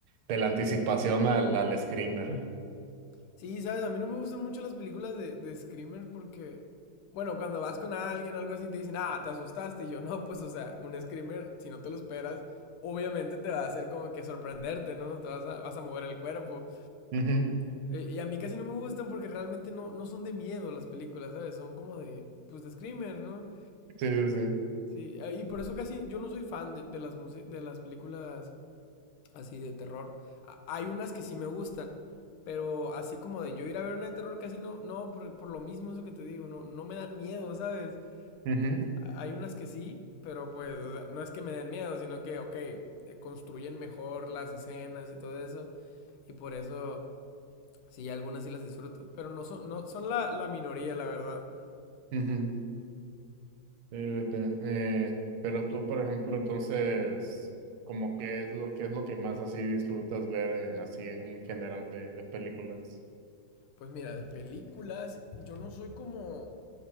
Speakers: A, on the right; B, on the left.
A: de la anticipación al, al screamer.
B: Sí, sabes, a mí no me gustan mucho las películas de, de Screamer porque, bueno, cuando vas con alguien o algo así te dicen, ah, te asustaste. Y yo, no, pues, o sea, un Screamer, si no te lo esperas, obviamente te va a hacer como que sorprenderte, ¿no? Te vas a, vas a mover el cuerpo.
A: Ujú.
B: Eh, y a mí casi no me gustan porque realmente no, no son de miedo las películas, ¿sabes? Son como de, pues de screamer, ¿no?
A: Sí, sí, sí.
B: Sí, eh, y por eso casi yo no soy fan de, de las, musi- de las películas así de terror. A- hay unas que sí me gustan, pero así como de yo ir a ver una de terror casi no, no, por, por lo mismo eso que te digo, no, no me dan miedo, ¿sabes?
A: Ujú,
B: A- Hay unas que sí, pero pues o sea, no es que me den miedo, sino que, ok, eh, construyen mejor las escenas y todo eso, y por eso... Sí, algunas sí las disfruto, pero no son, no, son la, la minoría, la verdad.
A: ujú. Fíjate, eh, pero tú, por ejemplo, entonces, como qué es lo, qué es lo que más así disfrutas ver eh, así en, en general de, de películas?
B: Pues mira, de películas, yo no soy como...